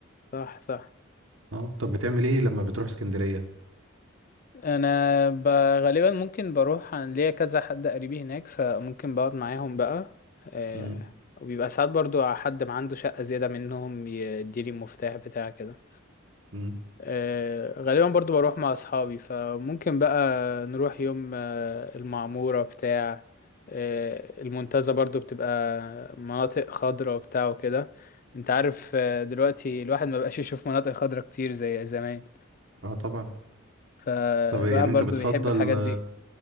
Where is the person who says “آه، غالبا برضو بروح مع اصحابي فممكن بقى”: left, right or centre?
Left